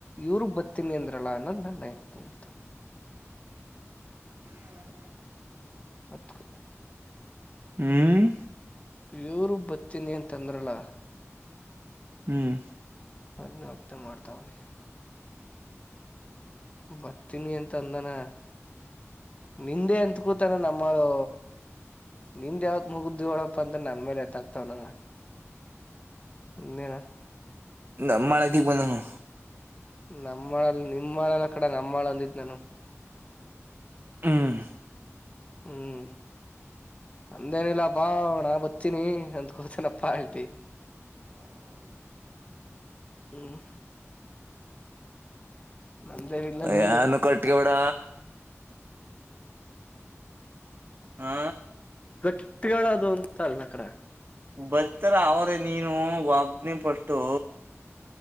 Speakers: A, on the left; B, on the right.
A: ಇವ್ರು ಬತೀನಿ ಅಂದ್ರಲ್ಲ ಅನ್ನೋದ ನನ್ನ ನಯಕ್ತ್ ಮಾಡ್ತೇನೆ.
B: <inaudible>
A: ಹತ್ತು
B: ಹ್ಮ್.
A: ಇವ್ರು ಬತಿನಿ ಅಂತಂದ್ರಲ್ಲ.
B: ಹ್ಮ್.
A: ಅದ್ನ ಹೊತ್ತ ಮಾಡ್ತಾವನಿ ಬರ್ತೀನಿ ಅಂತ ಅಂದಾನ. ನಿಂದೆ ಎತ್ಕೂತಾನ ನಮ್ಮಳು ನಿಂದ್ ಯಾವತ್ ಮುಗುದ್ದು ಹೇಳಪ್ಪ ಅಂತ ನನ್ ಮೇಲೆ ಎತ್ತಾಕ್ತಾನ. <unintelligible>
B: ನಮ್ಮ <unintelligible> ಬಂದಾನು.
A: ನಮ್ಮ ಆಲ್ ಅಲ್ಲ ನಿಮ್ ಆಲ್ ಆಕಡೆಲ್ಲ ನಮ್ಮಾಳ ಅಂದಿದ್ ನಾನು
B: ಹ್ಮ್
A: ಹ್ಮ್ ನಂದೇನಿಲ್ಲಪ್ ಬಾಣಾ ಬತ್ತನಿ ಅಂದಕೋತೇನಪ್ಪಾ ಆಲ್ಟಿ. ಹ್ಮ ನಮ್ದೇನಲ್ಲ ನಿಮ್ದೆ.
B: ಯಾರನು ಕಟ್ಕೊಬೇಡ ಹಾ
A: ಗಟ್ಟಿಗಳದು ಅಂತಲಕಡ.
B: ಬತ್ತರ ಅವರೇ ನೀನು ಒಬ್ನೆ ಫಟ್ಟು.